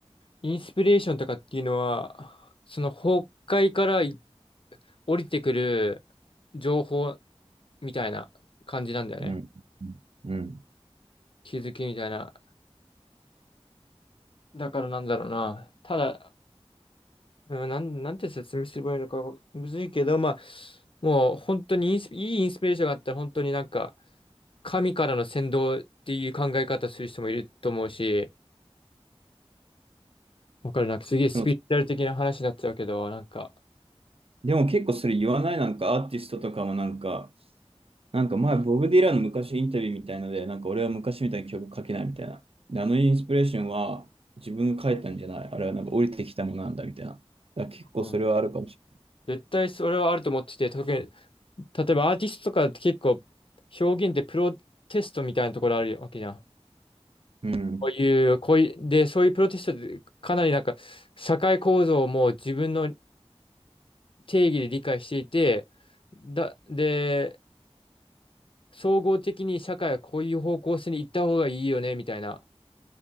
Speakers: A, on the left (about 55°); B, on the right (about 60°).
A: インスピレーションとかっていうのは、その崩壊からい降りてくる情報みたいな感じなんだよね。
B: うん。うんうん。うん
A: 気づきみたいな。だからなんだろうな。ただ、うんなん、なんて説明すればいいのかむずいけど、まあ、もう本当にインスいいインスピレーションがあったら本当になんか神からの先導っていう考え方する人もいると思うし、わかるなんかすげえスピリチュアル的な話になっちゃうけど、
B: でも、
A: なんか、
B: でも結構それ言わないなんかアーティストとかもなんか、なんか前、ボブ・ディランの昔インタビューみたいので、なんか俺は昔みたいに曲書けないみたいな。で、あのインスピレーションは自分が書いたんじゃない。あれはなんか降りてきたものなんだみたいな。だから結構それはあるかもし
A: うん、絶対それはあると思ってて、特に、例えばアーティストとかって結構表現ってプロテストみたいなところあるわけじゃん。
B: れない。うん。
A: こういう、こういう、で、そういうプロテストでかなりなんか社会構造をもう自分の定義で理解していて、だ、で、総合的に社会はこういう方向性に行った方がいいよね、みたいな、